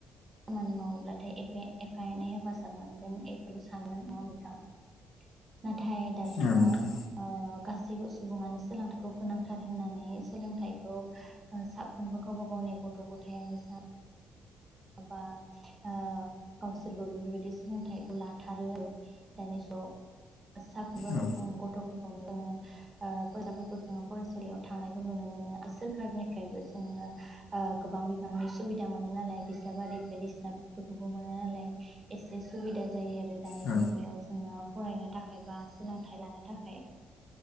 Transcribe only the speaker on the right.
खामानि मावोब्लाथाय एफे-एफा एनै हेफाजाब मोनगोन एफोरखौ सानोमोन नंङा होमबा नोंथां नाथाय दा जुगाव
ओ गा सैबो सुबुङानो सोलोंथाइखौ गोनांथार होननानै सोलोंथाइखौ ओ साफ्रोमबो गावबा गावनि गथ' गथायानो जा बा ओ गावसोरबो बेफोरबायदि सोलोंथाइखौ लाथारो आरो दानि <unintelligible> साफ्रोमबो
उम गथ गथायावनो जोंङो ओ फरायसाफोरखौ जों फरायसालियाव थांनायखौ नुनो मोनो ओ सोरखारनिफ्रायबो जोङो ओ गोबां बिबांनि सुबिदा मोनो नालाय बि दाबारि बायदिसिनाफोरखौबो मोनो नालाय एसे सुबिदा जायो आ रो दानि
मुगायाव जोङो फरायनो थाखाय बा सोलोंथाइ लानो थाखाय